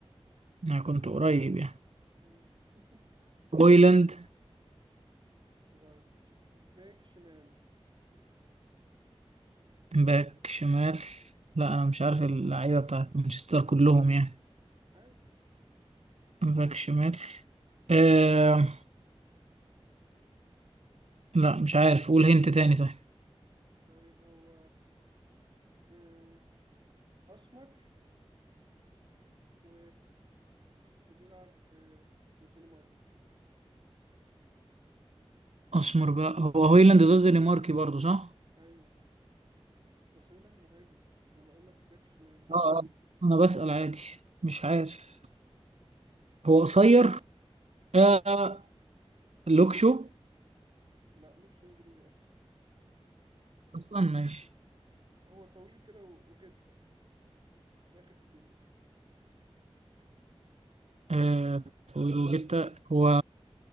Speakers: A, on the right; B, on the right.
A: انا كنت قريب يعني
B: مم. <laughs>
A: بويلاند
B: غلط باك شمال
A: باك شمال لا انا مش عارف اللعيبة بتاعت مانشستر كلهم يعني
B: حاول
A: باك شمال آه لا مش عارف قول هنت تاني طيب
B: طيب هو آم، أسمر و... وبيلعب في الدنمارك
A: اسمر بقى هو هويلاند ده دنماركي برضه صح؟
B: أيوه بس هويلاند مهاجم أنا بقول لك باك شمال
A: اه اه انا بسأل عادي مش عارف هو
B: طيب
A: قصير آه لوكشو
B: لا لوكش إنجليزي أصلا
A: اصلا ماشي
B: <laughs> هو طويل كده و- وجتة ده آخر كلو
A: آه طويل وجتا هو